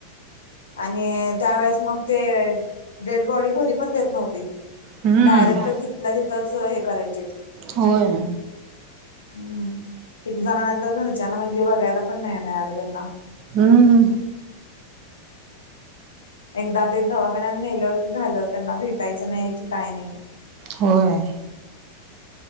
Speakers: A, on the left; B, on the right.
A: आणि त्यावेळेस मग ते, डेड बॉडी घरी पण देत नव्हतीत.
B: हम्म
A: डायरेक्ट तिथल्या तिथंच हे करायचेत
B: होय
A: हम्म. किती जणांना तर घरच्यांना म्हणजे बघायला पण नाही मिळालं त्यांना.
B: हम्म.
A: एकदा ते दवाखान्यात नेलं की झालं, त्यांना भेटायचं नाही की काय नाही.
B: होय.